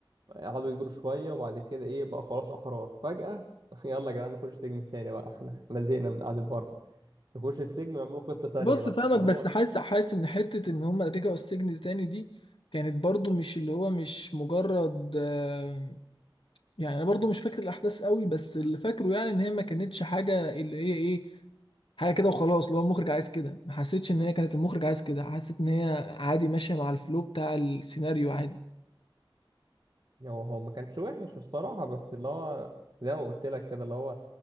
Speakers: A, on the right; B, on the left.
A: قعدوا يجروا شوية وبعد كده ايه بقى خلاص أحرار فجأة <laughs> يلا يا جدعان نخش سجن تاني بقى <laughs> احنا احنا زهقنا من قعدة بره يخش السجن ويعملوا خطة تانية
B: بص
A: بقى
B: فاهمك
A: اللي
B: بس
A: هو
B: حاسس حاسس ان حته ان هم رجعوا السجن تاني دي كانت برضو مش اللي هو مش مجرد آه، يعني انا برضو مش فاكر الاحداث قوي بس اللي فاكره يعني ان هي ما كانتش حاجه اللي هي ايه حاجه كده وخلاص اللي هو المخرج عايز كده ما حسيتش ان هي كانت المخرج عايز كده حسيت ان هي عادي ماشيه مع الفلو بتاع السيناريو عادي
A: هو هو ما كانش وحش الصراحة بس اللي هو زي ما قلت لك كده اللي هو